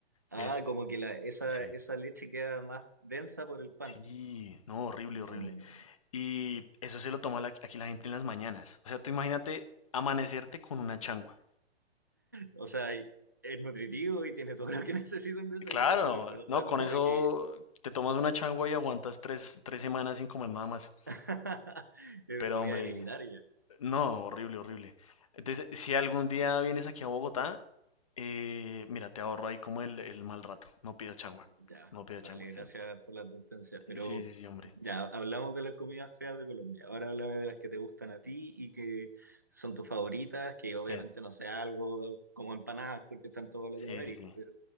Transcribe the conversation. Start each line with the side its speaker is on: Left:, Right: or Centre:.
Right: Ah,
Left: Es,
Right: como que la, esa,
Left: sí,
Right: esa leche queda más densa por el pan.
Left: sí, no, horrible,
Right: No.
Left: horrible. Y eso se lo toma la- aquí la gente en las mañanas. O sea, tú imagínate amanecerte con una changua.
Right: O sea, es nutritivo y tiene todo lo que <laughs> necesita un desayuno,
Left: Claro,
Right: pero en verdad
Left: no, con
Right: como
Left: eso
Right: que
Left: te tomas una changua y aguantas tres, tres semanas sin comer nada más.
Right: <laughs> es
Left: Pero
Right: comida
Left: hombre,
Right: de militar ya.
Left: no, horrible, horrible. Entonces, si algún día vienes aquí a Bogotá, eh, mira, te ahorro ahí como el, el mal rato. No pidas changua,
Right: Ya,
Left: no pidas
Right: vale,
Left: changua,
Right: gracias
Left: sí.
Right: por la advertencia. Pero
Left: Sí, sí, sí, hombre.
Right: ya, hablamos de las comidas feas de Colombia. Ahora háblame de las que te gustan a ti y que son tus favoritas, que obviamente
Left: Sí,
Right: no sea algo como empanadas porque están en toda Latinoamérica,
Left: sí, sí, sí.
Right: pero...